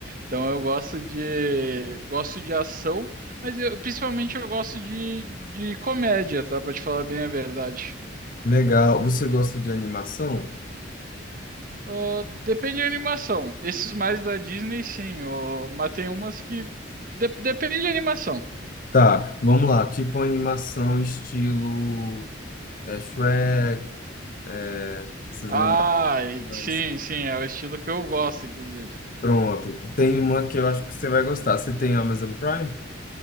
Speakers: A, on the right; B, on the left.
A: Então eu gosto de gosto de ação, mas eu- principalmente eu gosto de, de comédia, tá? Pra te falar bem a verdade.
B: Legal. Você gosta de animação?
A: Ah, depende da animação. Esses mais da Disney, sim. ô, mas tem umas que. de- depende da animação.
B: Tá, vamos lá. Tipo animação estilo é, Shrek, é, essas
A: Ah,
B: animações.
A: e- sim, sim. É o estilo que eu gosto, inclusive.
B: Pronto. Tem uma que eu acho que você vai gostar. Você tem Amazon Prime?